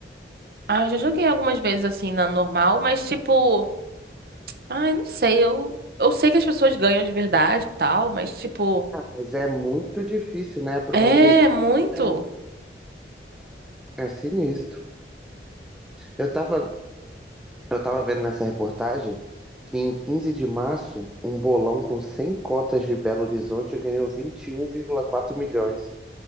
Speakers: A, on the right (about 55°); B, in the centre.
A: ah, eu já joguei algumas vezes assim na normal, mas tipo, ai, não sei, eu eu sei que as pessoas ganham de verdade e tal, mas tipo,
B: Mas é muito difícil, né? A probabilidade
A: é muito.
B: é, um, é sinistro. Eu tava, eu tava vendo nessa reportagem que em 15 de março, um bolão com 100 cotas de Belo Horizonte ganhou vinte e um, vírgula quatro milhões.